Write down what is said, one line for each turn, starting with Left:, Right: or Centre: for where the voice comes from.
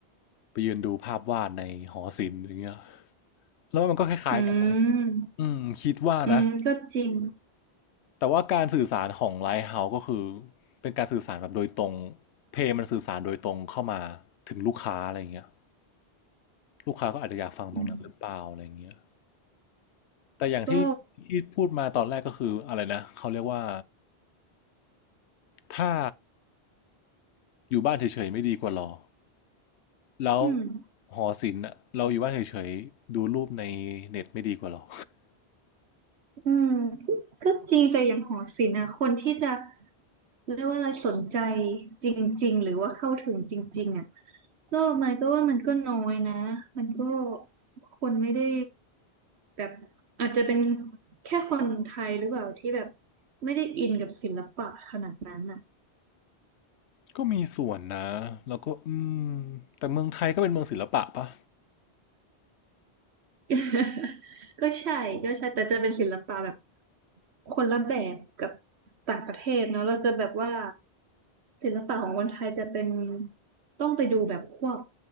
Left: ไปยืนดูภาพวาดในหอศิลป์อย่างเงี้ยแล้วมันก็คล้ายๆกันเนอะ
Right: ืม
Left: อืมคิดว่านะ
Right: อืมก็จริง
Left: แต่ว่าการสื่อสารของไลท์เฮาส์ก็คือเป็นการสื่อสารแบบโดยตรงเพลงมันสื่อสารโดยตรงเข้ามาถึงลูกค้าอะไรเงี้ยลูกค้าก็อาจจะอยากฟังตรงนั้นหรือเปล่าอะไรเงี้ย
Right: อืม
Left: แต่อย่างที่ที่พูดมาตอนแรกก็คืออะไรนะเขาเรียกว่า
Right: ก็
Left: ถ้าอยู่บ้านเฉยๆไม่ดีกว่ารอแล้ว
Right: อืม
Left: หอศิลป์เราอยู่บ้านเฉยๆดูรูปในเน็ตไม่ดีกว่าหรอ
Right: อืมก็ก็จริงแต่อย่างหอศิลป์อะคนที่จะเรียกว่าอะไรสนใจจริงๆหรือว่าเข้าถึงจริงๆอะก็มันก็ว่ามันก็น้อยนะมันก็คนไม่ได้แบบอาจจะเป็นแค่คนไทยหรือเปล่าที่แบบไม่ได้อินกับศิลปะขนาดนั้นอ่ะ
Left: ก็มีส่วนนะแล้วก็อืมแต่เมืองไทยก็เป็นเมืองศิลปะปะ
Right: <laughs> ก็ใช่ก็ใช่แต่จะเป็นศิลปะแบบคนละแบบกับต่างประเทศเนาะเราจะแบบว่า ศิลปะของคนไทยจะเป็นต้องไปดูแบบพวก